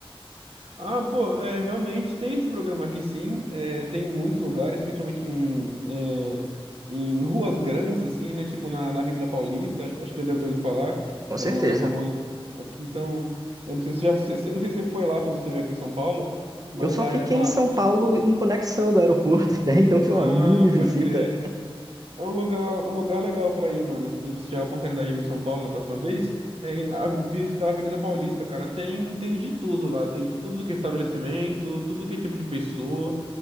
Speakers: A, on the right; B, on the right.
A: Ah, pô, é, realmente tem esse programa aqui sim, é, tem em muitos lugares, principalmente em, é, em ruas grandes, assim, né? Tipo na, na Avenida Paulista, acho, acho que já deve ter ouvido falar,
B: Com
A: é
B: certeza.
A: um lugar famoso aqui, então, eu não sei se já, se- se- não sei se você foi lá quando você veio aqui em São Paulo, mas
B: Eu só
A: lá
B: fiquei
A: é uma...
B: em São Paulo em conexão do aeroporto, <laughs> né? Então foi
A: Ah,
B: uma mini visita.
A: pode crer, é um lugar, um lugar legal pra ir, mano, se você tiver a oportunidade de vir em São Paulo na próxima vez, é, a, visitar a Avenida Paulista, cara, tem, tem de tudo lá, tem de tudo que é estabelecimento, tudo que é tipo de pessoa,